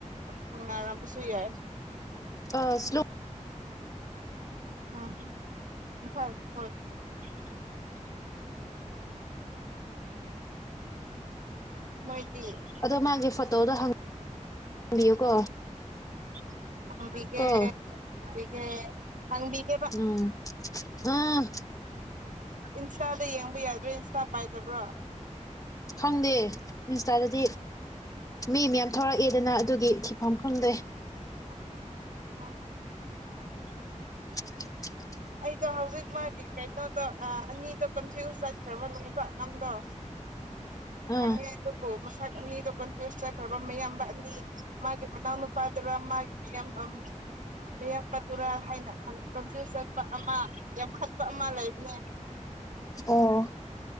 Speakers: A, on the right; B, on the left.
A: ꯈꯪꯅꯔꯝꯕꯁꯨ ꯌꯥꯏ
B: ꯑꯁ ꯂꯨ
A: ꯑ <unintelligible> <unintelligible> ꯃꯣꯏ <unintelligible> <unintelligible> <unintelligible>
B: ꯑꯗꯣ ꯃꯥꯒꯤ ꯐꯣꯇꯣꯗꯣ ꯍꯪꯕꯤꯌꯨꯀꯣ
A: <inaudible> ꯍꯪꯕꯤꯒꯦ
B: ꯀꯣ
A: ꯍꯪꯕꯤꯒꯦ ꯍꯪꯕꯤꯒꯦꯕ
B: ꯎꯝ ꯎꯝ
A: ꯏꯟꯁꯇꯥꯗ ꯌꯦꯡꯕ ꯌꯥꯗ꯭ꯔꯣ ꯏꯟꯁꯇꯥ ꯄꯥꯏꯗꯕ꯭ꯔꯣ
B: ꯈꯪꯗꯦ ꯏꯟꯁꯇꯥꯗꯗꯤ ꯃꯤ ꯃꯌꯥꯝ ꯊꯣꯔꯛꯑꯦꯗꯅ ꯑꯗꯨꯒꯤ ꯊꯤꯐꯝ ꯈꯪꯗꯦ
A: <unintelligible>
B: <unintelligible>
A: ꯑꯩꯗꯣ ꯍꯧꯖꯤꯛ ꯃꯥꯒꯤ ꯀꯩꯅꯣꯗꯣ ꯑꯅꯤꯗꯣ ꯀꯟꯐ꯭ꯌꯨꯁ ꯆꯠꯈ꯭ꯔꯕ ꯅꯨꯡꯄ ꯑꯝꯗꯣ ꯈꯪꯉꯦ
B: ꯑꯥ
A: ꯑꯗꯨꯕꯨ ꯃꯁꯛ ꯑꯅꯤꯗꯣ ꯀꯟꯐ꯭ꯌꯨꯁ ꯆꯠꯈ꯭ꯔꯕ ꯃꯌꯥꯝꯕ ꯑꯅꯤ ꯃꯥꯒꯤ ꯃꯅꯥꯎꯅꯨꯄꯥꯗꯨꯔ ꯃꯥꯒꯤ ꯃꯌꯥꯝ ꯑꯝ ꯃꯌꯥꯝꯕꯗꯨꯔꯥ ꯍꯥꯏꯅ ꯈꯟ ꯀꯟꯐ꯭ꯌꯨꯁ ꯆꯠꯄ ꯑꯃ ꯌꯥꯝꯈꯠꯄ ꯑꯃ ꯂꯩꯕꯅꯦ
B: ꯑꯣ